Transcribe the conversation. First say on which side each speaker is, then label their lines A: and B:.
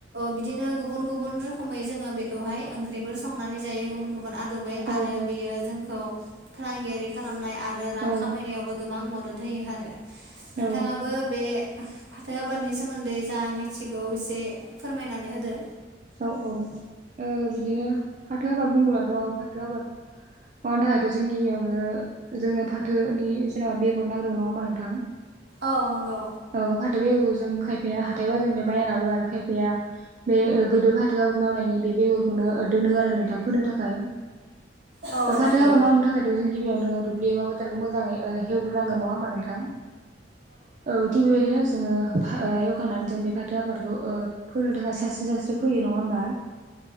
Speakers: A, on the right; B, on the right.
A: बिदिनो गुबुन गुबुन रोखोमै जोङो बेखौहाय ओंख्रिफोर संनानै जायो गुबुन गुबुन आदबै
B: औ
A: आरो बेयो जोंखौ फालांगियारि खालामनाय आरो आरो रां
B: औ
A: खामायनायावबो गोबां मदद होयो आरो नोंथाङाबो
B: औ
A: बे फाथो आबादनि सोमोन्दै जा मिथिगौ एसे फोरमायनानै होदो।
B: औ औ बिदिनो फाथो आबाद बुङलाथ' फाथो आबाद माबानि थाखायथ' जों गियावनो जोंनो फाथोनि जेनेबा बेगर नांग्रोोन नङा होमबा नोंथां।
A: औ नंगौ।
B: औ फाथो बेगरखौ जों खायफैाया हाथायबा जोंनि बायानाबो आरो खायफाया बे गोदो फाथो आबाद मावनायनि बे बेगरखौनो दोनो आरो नोंथां फोनो थाखाय
A: औ
B: फाथो
A: नंगौ
B: हाब न न थाखायथ' जों गिबियावनो दुब्लिबाोथारखौ मोजाङै हवग्रोनांग नङा होमबा नोंथां। औ थिग बेबायदिनो जोङो एवखांनानै जों बे फाथो आबादखौ ओ फोनो थाखाय सानस्रि सास्रि फोयो नङा होमबा? <inaudible>